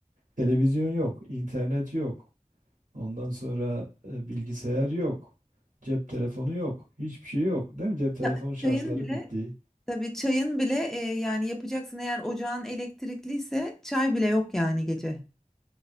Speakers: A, on the right; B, in the centre.
A: Televizyon yok, internet yok. Ondan sonra e, bilgisayar yok. Cep telefonu yok. Hiçbir şey yok. Değil mi? Cep telefon
B: Ça-
A: şarjları
B: Çayın bile
A: bitti.
B: tabii çayın bile e, yani yapacaksın eğer ocağın elektrikliyse çay bile yok yani gece.